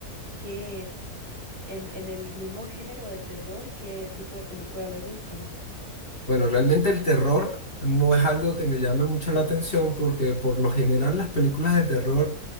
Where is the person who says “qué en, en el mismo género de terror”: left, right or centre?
Right